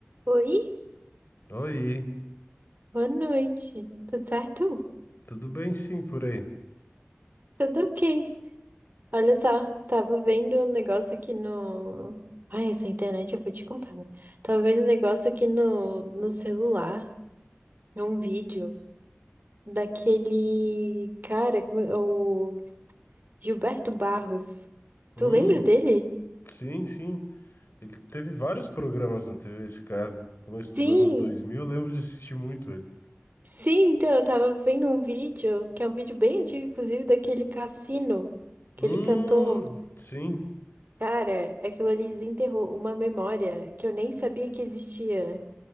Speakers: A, on the right; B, on the left.
A: Oi,
B: Oi,
A: boa noite. Tudo certo?
B: tudo bem sim por aí?
A: Tudo ok. Olha só, tava vendo um negócio aqui no. Ai, essa internet eu vou te contar, né? Tava vendo um negócio aqui no, no celular, um vídeo daquele cara, como é- o Gilberto Barros. Tu
B: Hum,
A: lembra dele?
B: sim, sim. Ele teve vários programas na TV, esse cara. No começo dos
A: Sim,
B: anos 2000, eu lembro de assistir muito ele.
A: sim, então eu tava vendo um vídeo, que é um vídeo bem antigo, inclusive, daquele Cassino, aquele
B: Hum,
A: cantor.
B: sim.
A: Cara, aquilo ali desenterrou uma memória que eu nem sabia que existia,